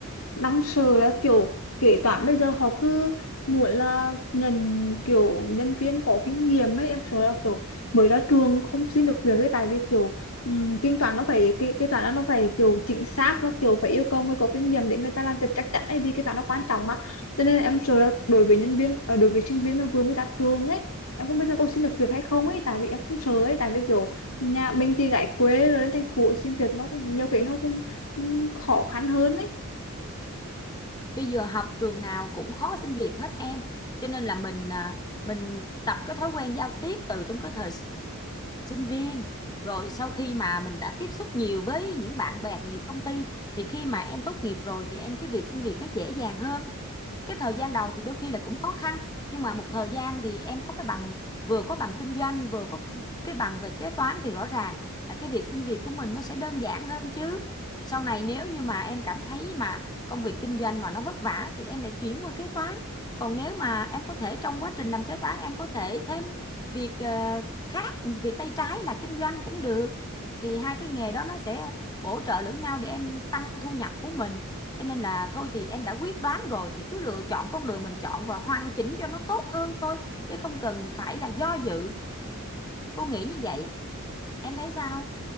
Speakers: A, on the left; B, on the left.
A: đang sợ là kiểu kế toán bây giờ họ cứ muốn là nhận kiểu nhân viên có kinh nghiệm ấy em sợ là kiểu mới ra trường không xin được việc ấy tại vì kiểu um, kinh toán nó phải kế, kế toán nó phải kiểu chính xác và kiểu phải yêu cầu người có kinh nghiệm để người ta làm việc chắc chắn ấy vì kế toán nó quan trọng mà cho nên em sợ là đối với nhân viên ờ, đối với sinh viên mà vừa mới ra trường ấy em không biết là có xin được việc hay không ấy tại vì em cũng sợ ấy tại vì kiểu nhà mình thì gái quê rồi lên thành phố xin việc nó cũng nhiều cái nó cũng cũng khó khăn hơn ấy
B: bây giờ học trường nào cũng khó xin việc hết em cho nên là mình à, mình tập cái thói quen giao tiếp từ trong cái thời sinh viên rồi sau khi mà mình đã tiếp xúc nhiều với những bạn bè nhiều công ty thì khi mà em tốt nghiệp rồi thì em cái việc xin việc nó dễ dàng hơn cái thời gian đầu thì đôi khi là cũng khó khăn, nhưng mà một thời gian thì em có cái bằng vừa có bằng kinh doanh, vừa có cái bằng về kế toán thì rõ ràng là cái việc xin việc của mình nó sẽ đơn giản hơn chứ. Sau này nếu như mà em cảm thấy mà công việc kinh doanh mà nó vất vả thì em lại chuyển qua kế toán. Còn nếu mà em có thể trong quá trình làm kế toán em có thể thêm việc, ờ, khác, việc tay trái là kinh doanh cũng được, thì hai cái nghề đó nó sẽ bổ trợ lẫn nhau để em tăng thu nhập của mình. Cho nên là thôi thì em đã quyết đoán rồi thì cứ lựa chọn con đường mình chọn và hoàn chỉnh cho nó tốt hơn thôi, chứ không cần phải là do dự. Cô nghĩ như vậy, em thấy sao?